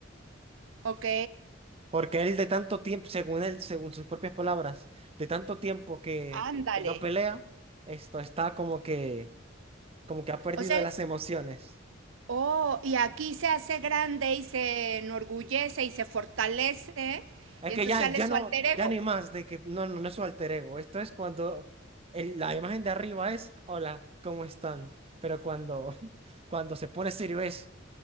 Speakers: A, on the right; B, on the right.
A: Ok.
B: Porque él de tanto tiempo, según él, según sus propias palabras, de tanto tiempo que,
A: Ándale.
B: que no pelea, esto está como que, como que ha perdido
A: O sea,
B: de
A: el-
B: las emociones.
A: oh, y aquí se hace grande y se enorgullece y se fortalece.
B: Es
A: Y
B: que
A: entonces
B: ya,
A: sale
B: ya
A: su
B: no,
A: alter ego.
B: ya ni más de que no, no, no es su alter ego. Esto es cuando el- la imagen de arriba es, hola, ¿cómo están? Pero cuando, <laughs> cuando se pone serio es,